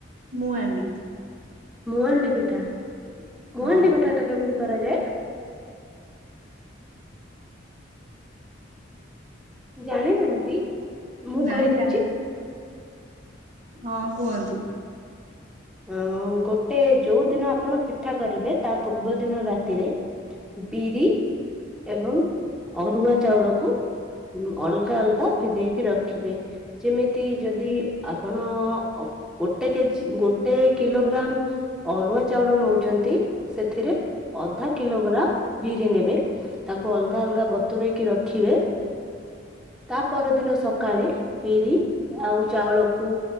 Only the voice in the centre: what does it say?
ମୁଁ ଆଣ୍ଡି ପିଠା ଗୁହାଣ୍ଡି
ପିଠା ଟ କେମିତି କରାଯାଏ ଜାଣି ନାହାନ୍ତି ମୁଁ
କହିଦଉଛି
ଅ ଗୋଟେ ଯୋଉ ଦିନ ଆପଣ ପିଠା କରିବେ ତା ପୂର୍ବ ଦିନ ରାତିରେ ବିରି ଏବଂ ଅରୁଆ ଚାଉଳକୁ ଅଲଗା ଅଲଗା ଭିଦେଇକି ରଖିବେ ଯେମିତି ଯଦି ଆପଣ ଗୋଟେ କେଜିୋ କେତେ କିଲୋଗ୍ରାମ ଅରୁଆ ଚାଉଳ ନଉଛନ୍ତି ସେଥିରେ ଅଧା କିଲୋଗ୍ରାମ ବିରି ନେବେ ତାକୁ ଅଲଗା ଅଲଗା ବତୁରରେଇକି ରଖିବେ ତା ପରଦିନ ସକାଳେ ପିରି ଆଉ ଚାଉଳକୁ